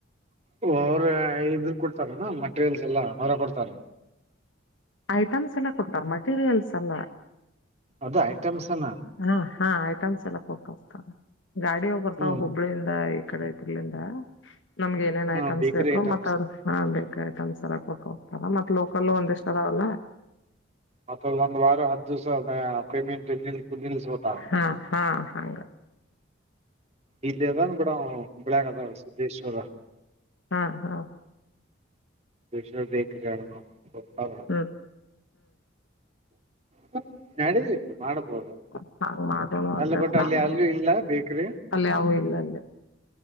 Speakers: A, on the right; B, on the left.
A: ಓ ಅವ್ರೇ ಇದ್ರ ಕೊಡ್ತಾರಣ ಮಟೀರಿಯಲ್ಸ್ ಎಲ್ಲಾ ಅವರ ಕೊಡ್ತಾರ.
B: ಐಟಮ್ಸ್ ಎಲ್ಲ ಕೊಡ್ತಾರೆ ಮಟೀರಿಯಲ್ಸ್ ಅಲ್ಲ.
A: ಅದು ಐಟಮ್ಸ್ ಏನಾ.
B: ಹಾ ಹಾ ಐಟಮ್ಸ್ ಎಲ್ಲ ಕೊಟ್ಟೋಗ್ತಾರ ಗಾಡಿ ವಾ ಬರ್ತಾವ
A: ಹ್ಮ್
B: ಹೋ. ಹುಬ್ಳಿಂದ ಈ ಕಡೆತಿರ್ಲಿಂದ ನಮ್ಗೆ ಏನೇನ್ ಐಟಮ್ಸ್
A: ಹ ಬೇಕರಿ
B: ಬೇಕು
A: ಐಟಮ್ಸ್
B: ಮತ್ತ. ಹಾ ಬೇಕಾಯ್ತ ಒಂದ್ಸರಪ ಹೋಗ್ತವು ಮತ್ ಲೋಕಲ್ ಒಂದಿಷ್ಟ ಅದಾವಲ್ಲ.
A: ಮತ್ತದ ಒಂದ ವಾರ ಹದ್ ದಿವಸ ಅದ ಪೇಮೆಂಟ್ ನಿಲ್ ನಿಲ್ಬ <unintelligible>
B: ಹಾ ಹಾ ಹಂಗ್.
A: ಇಲ್ ಅದನ ಬಿಡು ಹುಬ್ಳ್ಯಾಗ ಅದನ ಸಿದ್ಧೇಶ್ವರ.
B: ಹಾ ಹಾ.
A: ಷ ಬೇಕ ಜಾರ ಗೊತ್ತು ಅಲ್ಲ
B: ಹೂ
A: ಹ ನಡಬೇಕು ಮಾಡ್ಬೋದು
B: ಹಂಗ್ ಮಾಡೋಣ ಅಂದ್ರೆ
A: ಅಲ್ಲ ಬಟ್ಟು
B: ಪ್ಲಾನ್
A: ಅಲ್ಲಿ
B: ಮಾಡ
A: ಅಲ್ಲೂ ಇಲ್ಲ ಬೇಕ್ರಿ
B: ಅಲ್ಲಿ ಯಾವು ಇಲ್ಲ ಅಲ್ಲಿ